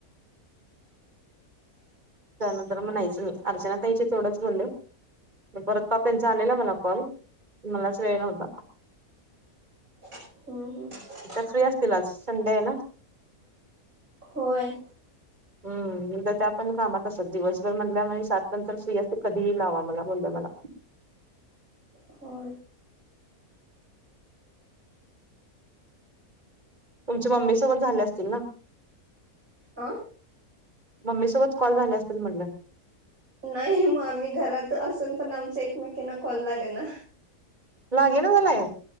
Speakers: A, on the right; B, on the right.
A: त्यानंतर म नाहीच मी. अर्चना ताईशी तेथवढंच बोले. परत पप्यांचा आलेला मला कॉल. मलाच वेळ नव्हता.
B: हम्म हम्म.
A: त्या फ्री असतील आज. संडे आहे ना.
B: होय.
A: हम्म. उद्या त्या पण कामात असत दिवसभर म्हणल्या. म्हणी सात नंतर फ्री असते कधीही लावा मला. बोल्या मला.
B: होय.
A: तुमच्या मम्मी सोबत झाले असतील ना.
B: अ.
A: मम्मी सोबत कॉल झाले असतील म्हणलं?
B: नाही म आम्ही घरात असून पण आमचा एकमेकींना कॉल लागे ना.
A: लागे ना झालाय.